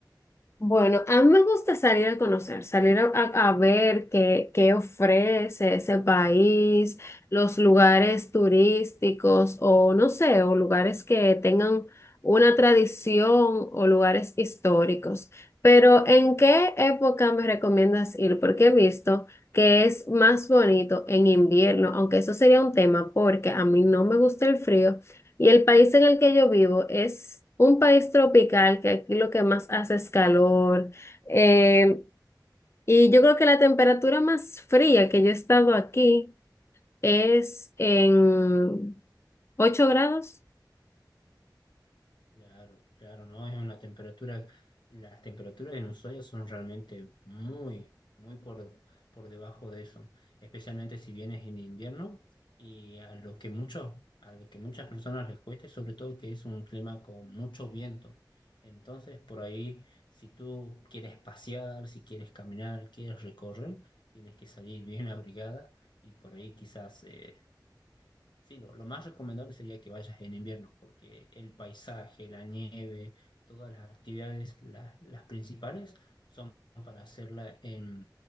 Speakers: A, on the left; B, on the left.
A: Bueno, a mí me gusta salir a conocer, salir a, a- a ver qué, qué ofrece ese país, los lugares turísticos o no sé, o lugares que tengan una tradición o lugares históricos. Pero ¿en qué época me recomiendas ir? Porque he visto que es más bonito en invierno, aunque eso sería un tema porque a mí no me gusta el frío. Y el país en el que yo vivo es un país tropical, que aquí lo que más hace es calor. Eh, y yo creo que la temperatura más fría que yo he estado aquí es en ocho grados.
B: Claro, claro, no, es una temperatura, las temperaturas en Ushuaia son realmente muy, muy por, por debajo de eso, especialmente si vienes en invierno y a lo que muchos, a lo que muchas personas les cueste, sobre todo que es un clima con mucho viento. Entonces, por ahí, si tú quieres pasear, si quieres caminar, quieres recorrer, tienes que salir bien <laughs> abrigada y por ahí quizás eh, Sí, lo, lo más recomendable sería que vayas en invierno, porque el paisaje, la nieve, todas las actividades, la- las principales, son para hacerla en,